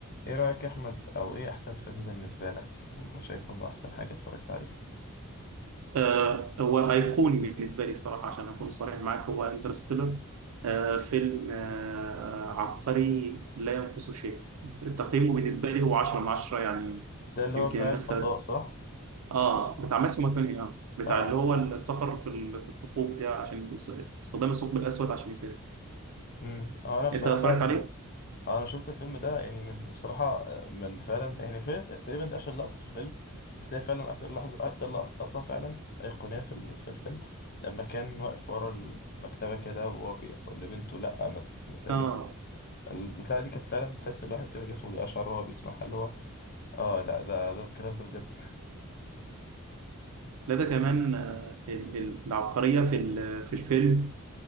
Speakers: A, on the left; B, on the right.
A: ايه رأيك يا احمد او ايه احسن فيلم بالنسبة لك شايفه انه احسن حاجة اتفرجت عليها
B: آه، هو أيقوني بالنسبة لي صراحة عشان أكون صريح معك هو انترستيلر آه، فيلم آه، عبقري لا ينقصه شيء تقييمه بالنسبة لي هو 10 من 10 يعني
A: ده اللي
B: يمكن
A: هو بتاع
B: الناس
A: الفضاء
B: هت...
A: صح
B: اه بتاع ماسيو ماكوني اه بتاع
A: اه
B: اللي هو السفر في ال... في الثقوب ده عشان الس- استخدام الثقب الأسود عشان يسافر
A: امم هو انا بصراحة
B: أنت اتفرجت عليه؟
A: انا شفت الفيلم ده يعني من بصراحة آه، من فعلا يعني في تقريبا ده اشهر لقطة في الفيلم بس هي فعلا اكتر لحظة اكتر لقطة فعلا أيقونية في الم- في الفيلم لما كان واقف ورا المكتبة كده وهو بيقول لبنته لا ما ما تعملي
B: اه
A: البتاعة دي كانت فعلا تحس الواحد كده جسمه بيقشعر وهو بيسمعها اللي هو اه لا ده ده الكلام ده بجد
B: لا ده كمان آه، ال- ال- العبقرية في ال- في الفيلم